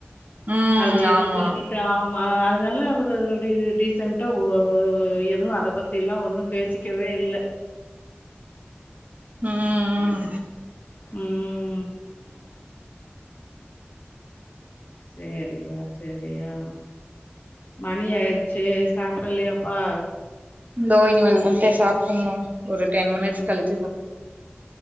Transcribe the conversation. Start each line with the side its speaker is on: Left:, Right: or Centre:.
Right: ம்
Left: அது எக்குன்னட்டு
Right: ஆமா
Left: ஆமா அதுனால அவுர் அதுலுடைய டிஸ் சென்ட்டா ஒ எதுவு அத பத்தி எல்லா ஒன்னு பேசிக் கெவே இல்ல
Right: ம் ம்
Left: ம் சேரியா சேரியா மணி ஆய்ரு சேர் சாப்டலியாப்பா
Right: தோ இனிமேல்த்தே சாப்புட்ணு ஒரு டென் மினிட்ஸ்
Left: ம்
Right: கழிச்சு ச